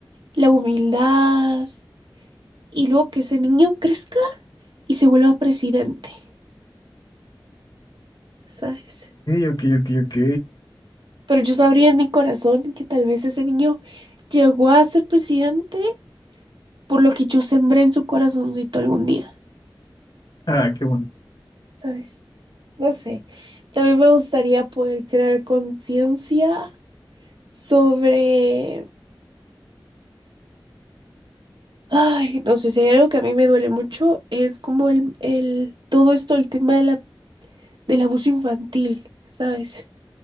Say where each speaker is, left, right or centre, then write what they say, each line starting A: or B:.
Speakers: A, on the right (about 70°); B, on the left (about 60°).
A: la humildad. y luego que ese niño crezca y se vuelva presidente, ¿sabes?
B: ok, ok, ok.
A: Pero yo sabría en mi corazón que tal vez ese niño llegó a ser presidente por lo que yo sembré en su corazoncito algún día,
B: Ah, qué bueno.
A: ¿sabes? No sé. También me gustaría poder crear conciencia sobre... Ay, no sé, si hay algo que a mí me duele mucho es como el, el- todo esto, el tema de la, del abuso infantil, ¿sabes?